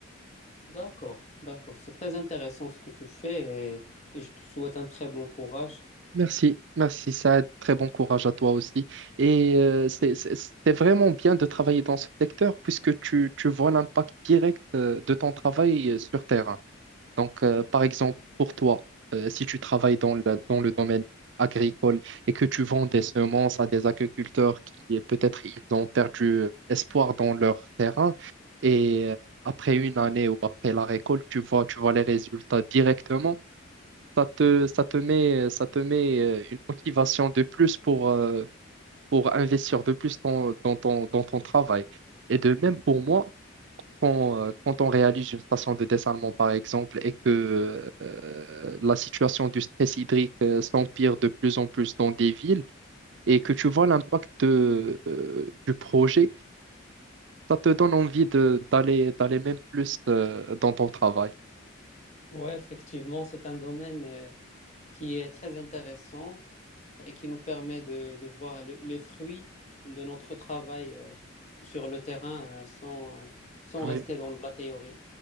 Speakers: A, on the left; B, on the right.
A: D'accord, d'accord. C'est très intéressant ce que tu fais et, et je te souhaite un très bon courage.
B: Merci, merci Saad. Très bon courage à toi aussi. Et euh, c'est c'est- c'est vraiment bien de travailler dans ce secteur puisque tu, tu vois l'impact direct euh, de ton travail euh, sur terrain. Donc, euh, par exemple, pour toi, euh, si tu travailles dans la- dans le domaine agricole et que tu vends des semences à des agriculteurs qui euh, peut-être ils ont perdu euh, espoir dans leur terrain et euh, après une année ou après la récolte, tu vois, tu vois les résultats directement, ça te, ça te met, ça te met euh, une motivation de plus pour, euh, pour investir de plus dans, dans ton, dans ton travail. Et de même pour moi, quand, euh, quand on réalise une station de dessalement, par exemple, et que euh, la situation du stress hydrique euh, s'empire de plus en plus dans des villes, et que tu vois l'impact de, euh, du projet, ça te donne envie de, d'aller, d'aller même plus euh, dans ton travail.
A: Oui, effectivement, c'est un domaine euh, qui est très intéressant. et qui nous permet de, de voir le, les fruits de notre travail euh, sur le terrain euh, sans, sans
B: Oui.
A: rester dans la théorie.